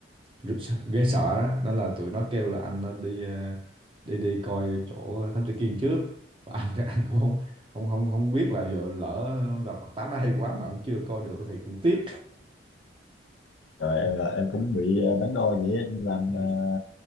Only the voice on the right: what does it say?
rất sợ- ghê sợ đó nên là tụi nó kêu là anh nên đi ờ, đi đi coi chỗ thám tử Kiên trước và anh thì anh cũng không không không không biết là giờ lỡ gặp mặt tám nó hay quá mà cũng chưa coi được thì cũng tiếc
ừ.